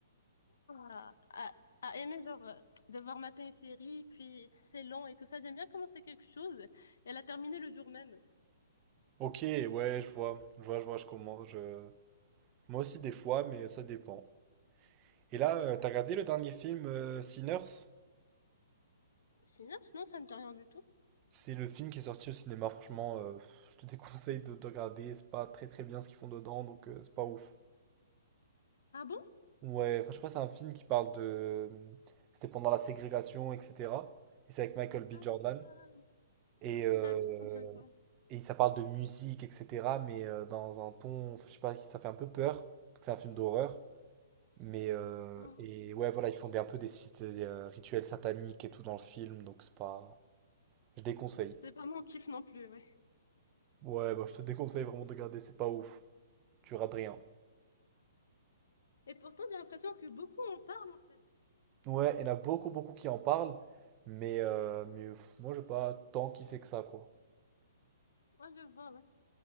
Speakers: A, on the left; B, on the right.
A: à, à- à aimer genre euh, devoir mater une série, puis c'est long et tout ça. J'aime bien commencer quelque chose et la terminer le jour même.
B: Ok, ouais, je vois, je vois, je vois, je commence, je... Moi aussi des fois, mais ça dépend. Et là, euh, t'as regardé le dernier film euh, Sinners?
A: Sinon, sinon ça me dit rien du tout.
B: C'est le film qui est sorti au cinéma. Franchement, euh, pff, je te <laughs> déconseille de, de regarder. C'est pas très très bien ce qu'ils font dedans, donc euh, c'est pas ouf.
A: Ah bon?
B: Ouais, enfin, je sais pas, c'est un film qui parle de. euh, C'était pendant la ségrégation, etc. Et c'est avec Michael B.
A: Ah
B: Jordan.
A: d'accord,
B: Et,
A: Ah,
B: euh,
A: d'accord, je vois.
B: et ça parle de musique, etc. Mais euh, dans un ton, je sais pas, ça fait un peu peur. parce que C'est un film d'horreur. Mais euh,
A: Ah,
B: et ouais, voilà, ils font des, un peu des sites, des, euh, rituels sataniques et tout dans le film, donc c'est pas. Je déconseille.
A: c'est pas mon kiff non plus, ouais.
B: Ouais, bah, je te déconseille vraiment de regarder, c'est pas ouf. Tu rates rien.
A: Et pourtant, j'ai l'impression que beaucoup en parlent en fait.
B: Ouais, il y en a beaucoup, beaucoup qui en parlent, mais, euh, mais pff, moi, j'ai pas tant kiffé que ça, quoi.
A: Moi, je vois, ouais.